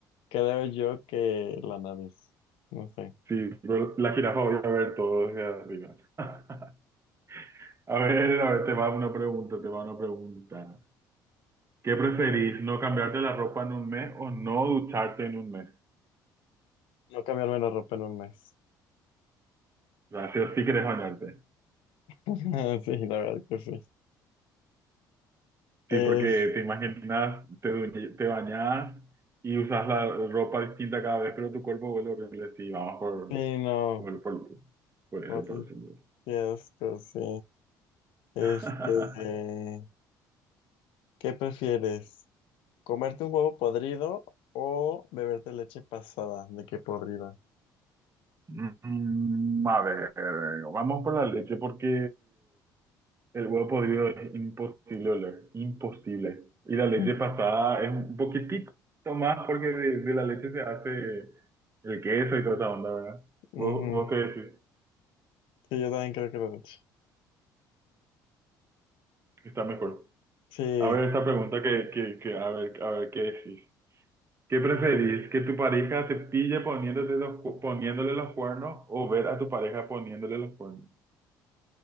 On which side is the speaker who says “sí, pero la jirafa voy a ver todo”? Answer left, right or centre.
Right